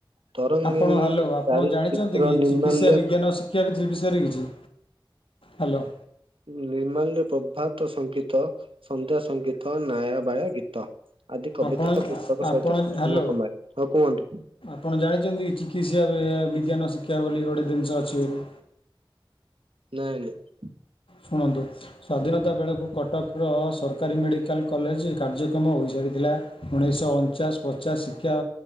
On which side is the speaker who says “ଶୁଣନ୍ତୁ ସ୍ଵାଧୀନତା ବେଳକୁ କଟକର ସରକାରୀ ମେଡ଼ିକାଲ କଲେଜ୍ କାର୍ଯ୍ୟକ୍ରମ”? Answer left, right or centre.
Left